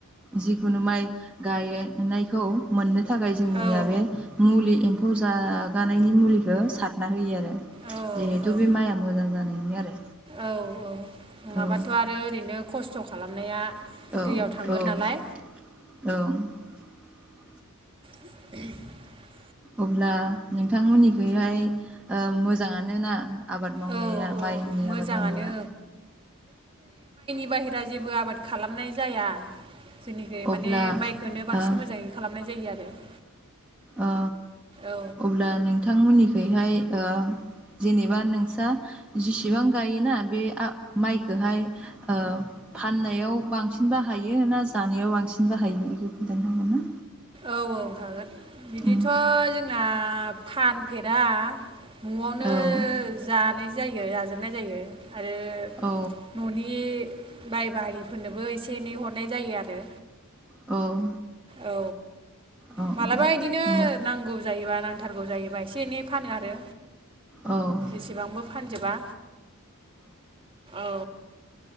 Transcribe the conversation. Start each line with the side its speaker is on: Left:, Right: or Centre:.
Centre: जिखुनु माइ गायनायखौ मोननो थाखाय जोंनिया
Right: औ
Centre: बे मुलि एमफ फौ जागानायनि मुलिखौ सारना होयो आरो
Right: औ
Centre: जिहेथु बे माइआ मोजां जानायनि आरो
Right: औ औ नङाबाथ'
Centre: औ
Right: आरो ओरैनो नो खस्थ' खालामनाया
Centre: औ
Right: दैयाव थांगोन नालाय
Centre: औ औ
Right: <unintelligible>
Centre: अब्ला नोंथांमोननिखौहाय मोजाङान ना आबाद मावनाया
Right: औ औ
Centre: माइनि
Right: मोजाङानो
Centre: आबाद मावनाया
Right: बायेरा जेबो आबाद खालामनाय जाया जोंनिखै
Centre: अब्ला
Right: माने माइखौनो बांसिन
Centre: ओ
Right: मोजाङै खालामनाय जायो आरो <unintelligible>
Centre: ओ
Right: औ
Centre: अब्ला नोंथांमोननि बेहाय ओ जेनेबा नोंसा जेसेबां गायोना बे मा माइखौ हाय ओ फाननायाव बांसिन बाहायो ना जानायाव बांसिन बाहायो बेखौ खिन्थानो हागौ ना
Right: औ औ हागोन बिदिथ'
Centre: उम
Right: जोंना फानफेरा न'आवनो
Centre: औ
Right: जानाय जायो जाजोबनाय जायो आरो
Centre: औ
Right: न'नि बाय बाहागिफोरनोबो एसे एनै हरनाय जायो आरो
Centre: औ
Right: औ
Centre: औ
Right: मालाबा बिदिनो नांगौ जायोबा नांथारगौ जायोबा एसे एनै फानो आरो
Centre: औ
Right: एसेबांबो फानजोबा औ